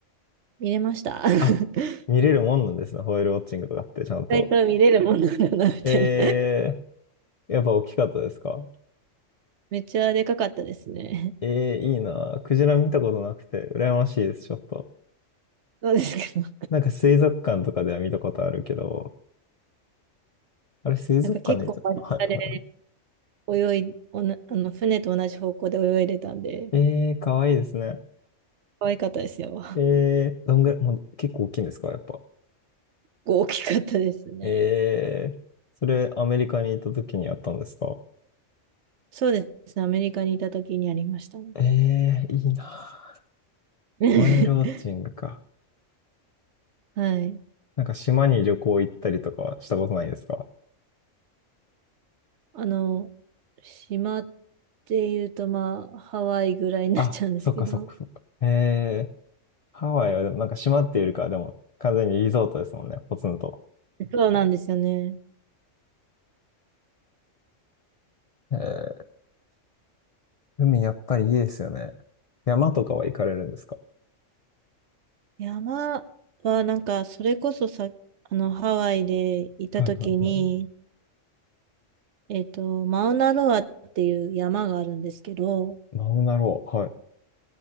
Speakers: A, on the right; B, on the left.
A: 見れました。<laughs> 意
B: あ、見れるもんなんですね。ホエールウォッチングとかってちゃんと。
A: 外と見れるもんなんだな、みたいな。
B: えー、やっぱ大きかったですか
A: めっちゃでかかったですね。
B: えー、いいな。クジラ見たことなくて、羨ましいです、ちょっと。
A: そうですけど。
B: なんか水族館とかでは見たことあるけど、あれ水族館で見たはいは
A: なんか結構間近で泳い、おな、あの船と同じ方向で泳いでたんで、
B: い。えー、かわいいですね。
A: 可愛かったですよ。<laughs>
B: えー、どんぐらい、もう結構大きいんですかやっぱ。
A: 大きかったですね。
B: えー、それアメリカに行った時にやったんですか
A: そうですね。アメリカにいた時にありましたね。
B: えー、いいな。
A: <laughs>
B: ホエールウォッチングか。
A: はい。
B: なんか島に旅行行ったりとかはしたことないですか
A: あの、島っていうと、まあ、ハワイぐらいになっちゃうんですけど、
B: あ、そっかそっかそっか。へえ、ハワイはでもなんか島っていうよりかはでも完全にリゾートですもんね、ポツンと。
A: そうなんですよね。
B: へえ、海やっぱりいいですよね。山とかは行かれるんですか
A: 山は、なんか、それこそさ、あの、ハワイでいた時に、
B: はいはいは
A: えっと、マウナロアっていう山があるんですけど、
B: い。マウナロア、はい。